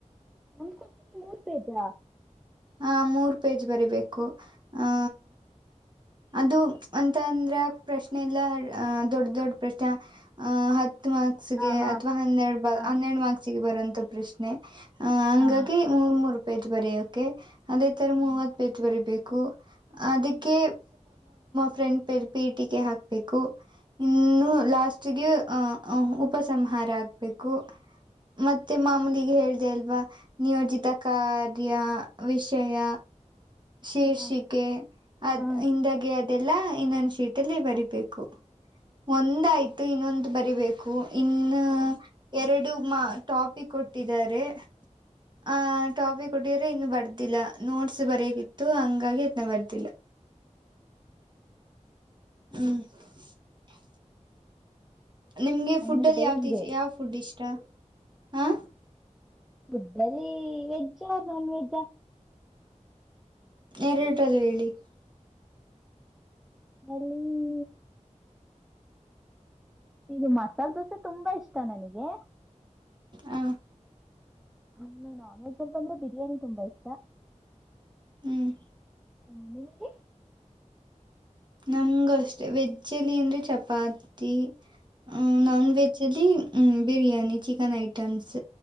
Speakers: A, in the centre; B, on the right.
A: ಒಂದು ಕ್ವೆಸ್ಷನ್ ಮೂರು ಪೇಜ್ ಆ
B: ಹ ಮೂರ್ ಪೇಜ್ ಬರಿಬೇಕು ಆ ಅದು ಅಂತ ಅಂದ್ರೆ ಪ್ರಶ್ನೆ ಇಲ್ಲ ಅ ದೊಡ್ಡ ದೊಡ್ಡ ಪ್ರಶ್ನೆ ಅಹ ಹತ್ತು ಮಾರ್ಕ್ಸ್ಗೆ
A: ಹಾ ಹಾ
B: ಅಥ್ವಾ ಹನ್ನೆರಡು
A: ಹಾ
B: ಹನ್ನೆರಡು ಮಾರ್ಕ್ಸ್ ಿಗೆ ಬರುವಂತ ಪ್ರಶ್ನೆ ಹ ಹಂಗಾಗಿ
A: ಹಾ
B: ಮೂರ್ ಮೂರು ಪೇಜ್ ಬರ ೆ ಅದೇ ತರ
A: ಹ್ಮ್
B: ಮೂವತ್ ಪೇಜ್ ಬರಿೀಬೇಕು ಪ್ಪೂ ಅದಕ್ಕೆ
A: ಹ್ಮ್
B: ಫ್ರೆಂಟ್ ಪೇಜ್ ಪೇಟಿಕೆ ಹಾಕ್ಬೇಕು ಇನ್ನು ಲಾಸ್ಟ್ಗೆ ಅ ಉಪಸಂಹಾರ ಹಾಕ್ಬೇಕು ಮತ್ತೆ ಮಾಮೂಲಿ ಹೇಳಿದೆ ಅಲ್ವಾ ನಿಯೋಜಿತ ಕಾರ್ಯ ವಿಷಯ ಶೀರ್ಷಿಕೆ
A: ಹ್ಮ್
B: ಅದ್
A: ತರ
B: ಹಿಂದಗೆ ಇದೆಲ್ಲ ಇನ್ನೊಂದ ಶೀಟ್ ಅಲ್ಲಿ ಬರೀಬೇಕು ಒಂದಾಯ್ತು ಇನ್ನೊಂದು ಬರಿ ಬೇಕು ಕೂ ಇನ್ನು
A: ಹ
B: ಎರಡು ತುಂಬಾ ಟಾಪಿಕ್ ಕೊಟ್ಟಿದರೆ ಹ ಟಾಪಿಕ್ ಕೊಟ್ಟಿದರೆ ಇನ್ನು ಬರ್ದಿಲ್ಲ ನೋಟ್ಸ್ ಬರೆಯಕಿತ್ತು ಹಂಗಾಗಿ ಅದ್ನ ಬರ್ದಿಲ್ಲ ಹ್ಮ್ <inaudible> ನಿಮ್ಗೆ
A: ಸಂಡೆ
B: ಫುಡ್ ಅಲ್ಲಿ
A: ಡೇ
B: ಯಾವ್ದ
A: ಹಿಂಗೆ
B: ಯಾವ್ ಫುಡ್ ಇಷ್ಟ ಸ್ಟಾ ಹಾ
A: ಫುಡ್ಡಲಿ ವೆಜ್ಜಾ ನಾನ್ವೆೆಜ್ಜಾ
B: ಎರ್ಡರಲ್ಲಿ ಹೇಳಿ
A: ಫುಡ್ನಲ್ಲಿ ಇದು ಮಸಾಲೆ ದೋಸೆ ತುಂಬಾ ಇಷ್ಟ ನನಗೆ
B: ಹ
A: ನಂಗೆ ನಾನ್ ವೆಜ್ ಅಂತ ಅಂದ್ರೆ ಬಿರಿಯಾನಿ ತುಂಬಾ ಇಷ್ಟ
B: ಹ್ಮ್
A: ಹ್ಮ್ ನಿಮಗೆ
B: ನಮಗೂ ಅಷ್ಟೆ ವೆಜ್ಜಲಿ ಅಂದೆ ಚಪಾತಿ ಹ್ಮ್ ನೊನ್ವೆಜ್ ನೊನ್ವೆಜ್ ಅಲ್ಲಿ ಬಿರಿಯಾನಿ ಚಿಕನ್ ಐಟಮ್ಸ್